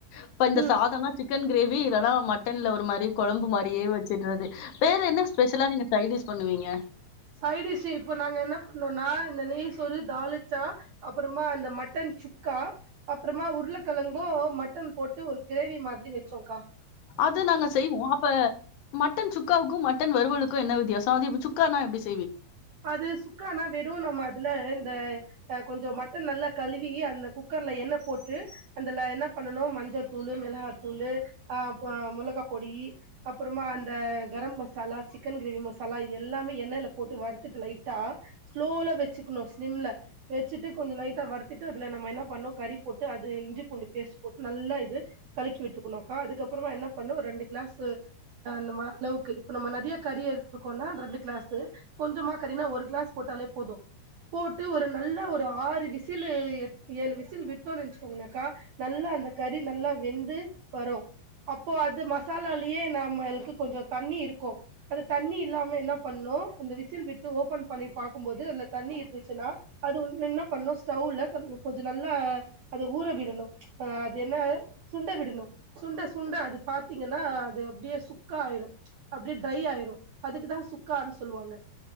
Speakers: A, on the left; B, on the right.
A: இப்ப இந்த
B: ம்
A: சாதம்னா சிக்கன் கிரேவி இல்லனா மட்டன்ல ஒரு மார் ப்டி கொழம்பு மாரியே வச்சுறது வேற என்ன ஸ்பெஷலா நீங்க சைடிஷ் பண்ணுவீங்க
B: சைடிஷு இப்ப நாங்க என்ன பண்ணுவோனா இந்த நெய் சோறு தாலிச்சா அப்றமா இந்த மட்டன் சுக்கா அப்றமா உருளக்கெழங்கு மட்டன் போட்டு ஒரு கிரேவி மாதிரி வச்சோக்கா
A: அது நாங்க செய்வோ அப்ப மட்டன் சுக்காவுக்கு மட்டன் வருவலுக்கு என்ன வி த்தியாச அது இப் சுக்கானா எப்டி ஸ்
B: அது சுக்கானா வெறு நம்ம அதுல இந்த அ கொஞ்ச மட்டன் நல்லா கழுவி அந்த குக்கர்ல எண்ண போட்டு அந்தல என்ன பண்ணனு மஞ்ச தூள் ளு மிளகாத்தூளு ஆ ப மொளகா பொடி அப்பறமா அந்த கரம் மசாலா சிக்கன் கிரேவி மசாலா இது எல்லாமே எண்ணய்ல போட்டு வருத்துட்டு லைட்டா ஸ்லோல வச்சுக்ணு சிம்ல வெச்சுட்டு கொஞ்ச லைட்டா வருத்துட்டு அதுல ந நம்ம என்ன பண்ணும் கறி போட்டு அது இஞ்சி பூண்டு பேஸ்ட் போட்டு நல்லா இது கலக்கிவிட் இருக்கணும்க்கா அதுக்கப்புறம் என்ன பண்ணு ஒரு ரெண்டு கிளாஸு அந்த அளவுக்கு இப்ப நம்ம நிறய கறி எடுத்துருக்கோம்னா ரெண்டு கிளாஸு கொஞ்சமா கறினா ஒரு கிளாஸ் போட்டாலே போதும் போட்டு ஒரு நல்லா ஒரு ஆறு விசிலு ஏழு விசில் விட்டோ நினச்சிக்கோங்கக்கா நல்லா அந்த கறி நல்லா வெந்து வரும் அப்போ அது மசாலாலயே நம்மளுக்கு கொஞ்சம் தண்ணி இருக்கும் அது தண்ணி இல்லாம என்ன பண்ணு னோ அந்த விசு விசில் விட்டு ஓபன் பண்ணி பாக்கும்போது அந்த தண்ணி இருந்துச்சுன்னா அது வந் என்ன பண்ணு ஸ்டவ்ல கொ கொஞ்ச நேரொ நல்லா அத ஊற விடணும் அது என்ன சுண்ட விடணும் சுண்ட சுண்ட அது பா பாத்தீங்கன்னா அது அப்டியே சுக்கா ஆயிரும் அப்டியே ட்ரை ஆயிரும் அதுக்குதான் சுக்கான்னு சொல்லுவாங்க